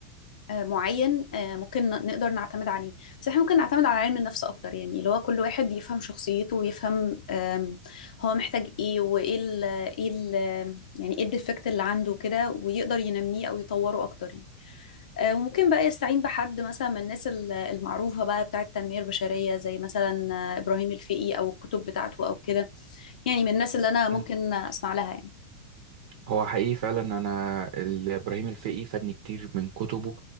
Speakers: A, on the left; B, on the right.
A: آه، معين آه، ممكن ن- نقدر نعتمد عليه بس احنا ممكن نعتمد على علم النفس اكتر يعني اللي هو كل واحد يفهم شخصيته ويفهم آم، هو محتاج ايه وايه ال ايه ال يعني ايه الديفكت اللي عنده كده ويقدر ينميه او يطوره اكتر يعني آه، وممكن بقى يستعين بحد مثلا من الناس ال- المعروفة بقى بتاعة التنمية البشرية زي مثلا آه، إبراهيم الفقي أو الكتب بتاعته أو كده يعني من الناس اللي أنا ممكن
B: امم
A: أسمع لها يعني
B: هو حقيقي فعلا انا ال- ابراهيم الفقي فادني كتير من كتبه